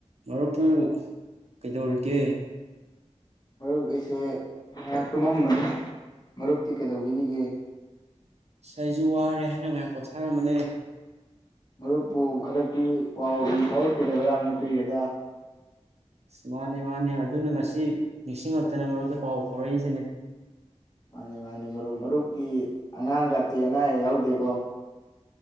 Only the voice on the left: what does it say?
ꯃꯔꯨꯞ ꯑꯩꯁꯦ ꯉꯍꯥꯛ ꯇꯨꯝꯃꯝꯕꯅꯤ ꯃꯔꯨꯞꯇꯤ ꯀꯩꯗꯧꯕꯤꯔꯤꯒꯦ
ꯃꯔꯨꯞꯄꯨ ꯍꯟꯗꯛꯀꯤ ꯄꯥꯎ ꯏ ꯐꯥꯎꯔꯛꯈꯤꯗꯕ ꯌꯥꯝꯅ ꯀꯨꯏꯔꯦꯗ
ꯃꯥꯅꯤ ꯃꯥꯅꯤ ꯃꯔꯨꯞ ꯃꯔꯨꯞꯀꯤ ꯑꯉꯥꯡꯒꯇꯦ ꯑꯅꯥ ꯑꯌꯦꯛ ꯌꯥꯎꯗꯦꯀꯣ